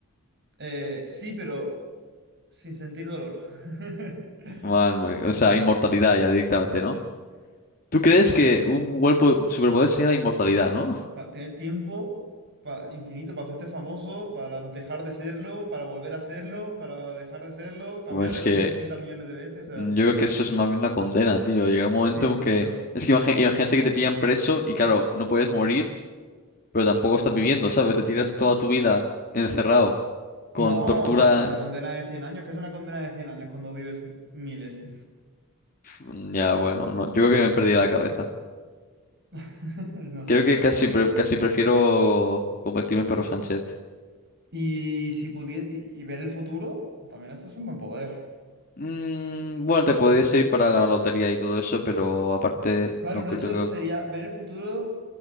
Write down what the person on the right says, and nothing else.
Eh, sí, pero sin sentir dolor. <laughs>
Claro, tienes tiempo para, infinito para hacerte famoso, para dejar de serlo, para volver a serlo, para dejar de serlo, cambiar
de look
300 millones de veces. O sea,
sí,
claro.
No,
una, una condena de cien años. ¿Qué es una condena de 100 años cuando vives miles?
<laughs> No, sí,
la
verdad
es que
sí.
Y si pudiese y, y ver el futuro, también este es un buen poder.
Claro,
de
hecho, sería
ver el futuro